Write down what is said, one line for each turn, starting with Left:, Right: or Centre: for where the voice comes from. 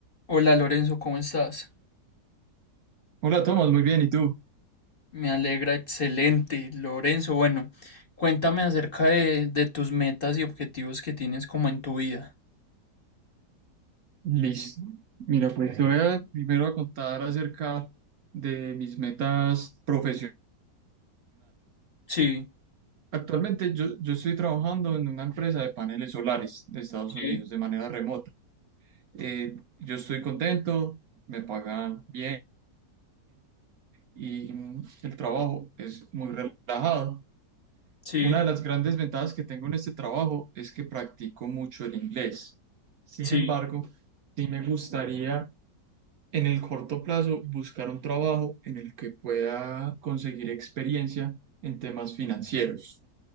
Left: Hola Lorenzo, ¿cómo estás?
Right: Hola Tomás, muy bien, ¿y tú?
Left: Me alegra, excelente. Lorenzo, bueno, cuéntame acerca de, de tus metas y objetivos que tienes como en tu vida.
Right: Listo. Mira, pues te voy a primero a contar acerca de mis metas profesionales.
Left: Sí,
Right: Actualmente yo, yo estoy trabajando en una empresa de paneles solares de Estados
Left: sí,
Right: Unidos de manera remota. Eh, yo estoy contento, me pagan bien y mm, el trabajo es muy relajado.
Left: sí,
Right: Una de las grandes ventajas que tengo en este trabajo es que practico mucho el inglés. Sin
Left: sí,
Right: embargo, sí me gustaría en el corto plazo buscar un trabajo en el que pueda conseguir experiencia en temas financieros.